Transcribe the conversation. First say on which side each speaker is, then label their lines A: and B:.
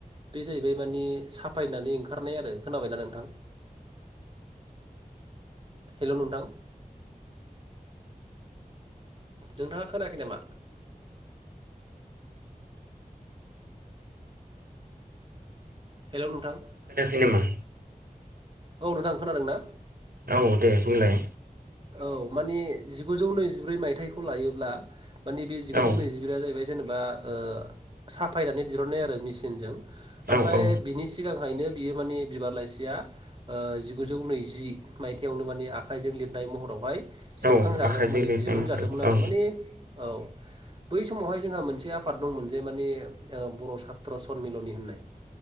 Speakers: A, on the right; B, on the right.
A: बे जाहैबाय माने साफायनानै ओंखारनाय आरो खोनाबायना नोंथां? हेल' नोंथां नोंथाङा खोनाखै नामा? हेलौ नोंथां
B: खोनायाखै नामा?
A: औ नोंथां खोनादों ना?
B: औ दे बुंलाय,
A: औ माने जिगुजौ नैजिब्रै मायथाइखौ लायोब्ला माने बे जिगुजौ
B: औ
A: नैजिब्रैया जाहैबाय जोनोम बा ओ साफायनानै दिहुननाय आरो मेसिनजों, ओमफ्राय
B: औ औ
A: बिनि सिगांहायनो बियो माने बिबार लाइसिया ओ जिगुजौ नैजि माइथायावनो माने आखाइजों लिर लिरनाय महरावहाय सेबखांजागोन
B: औ आखाइजों
A: माने
B: लिरनाय
A: दिहुनजादोंमोन
B: महरै
A: आरो
B: औ
A: माने औ बै समावहाय जोंहा मोनसे आफाद दंमोन जे माने बर' सात्र सनमिलनि होननाय